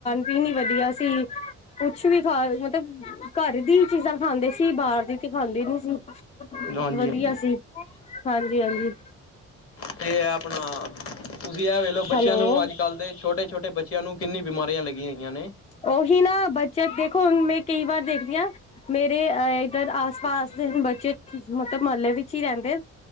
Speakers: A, on the left (about 25°); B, on the left (about 50°).
A: ਵੀ ਨੀ ਵਧੀਆ ਸੀ ਕੁਛ ਵੀ ਖਾ ਮਤਲਬ ਘਰ ਦੀ ਈ ਚੀਜ਼ਾਂ ਖਾਂਦੇ ਸੀ ਬਾਰ ਦੀ ਤੇ ਖਾਂਦੇ ਈ ਨੀ ਸੀ।
B: ਹਾਂਜੀ
A: ਵਧੀਆ
B: ਹਾਂਜੀ
A: ਸੀ ਹਾਂਜੀ-ਹਾਂਜੀ।
B: ਤੇ ਐ ਆਪਣਾ ਤੁਸੀਂ ਐ ਵੇਖ ਲੋ ਬੱਚਿਆਂ
A: ਹੈਲੋ
B: ਨੂੰ ਅੱਜ-ਕੱਲ ਦੇ ਛੋਟੇ-ਛੋਟੇ ਬੱ ਚਿਆਂ ਨੂੰ ਕਿੰਨੀ ਬਿਮਾਰੀਆਂ ਲੱਗੀਆਂ ਹੋਈਆਂ ਨੇ।
A: ਉਹੀ ਨਾ ਬੱਚੇ ਦੇਖੋ ਹੁਣ ਮੈਂ ਕਈ ਵਾਰ ਦੇਖਦੀ ਆ ਮੇਰੇ ਅ ਏਧਰ ਆਸ-ਪਾਸ ਦੇ ਬੱਚੇ ਮਤਲਬ ਮੱਲੇ ਵਿੱਚ ਈ ਰੈਂਦੇ